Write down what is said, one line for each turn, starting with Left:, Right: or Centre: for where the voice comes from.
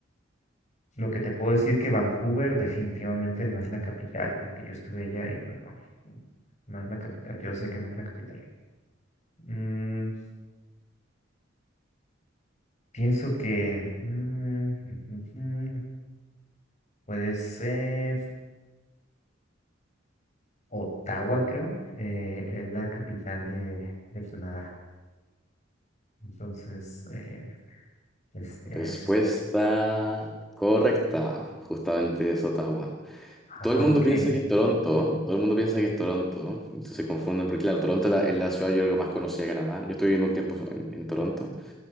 Left: Lo que te puedo decir que Vancouver definitivamente no es la capital, porque yo estuve allá y pues no, no no es la capital. Yo sé que no es la capital. Mm, Pienso que mm, mm, mm, puede ser Ottawa, creo. eh, es la capital de, de Canadá. Entonces, eh, es, es...
Centre: Respuesta correcta, justamente es Ottawa.
Left: <laughs> ah,
Centre: Todo el mundo
Left: Ok,
Centre: piensa que es Toronto, todo el mundo piensa que es Toronto, entonces se confunden, porque claro, Toronto es la, es la ciudad yo creo más conocida de Canadá. Yo estuve viviendo un tiempo en, en Toronto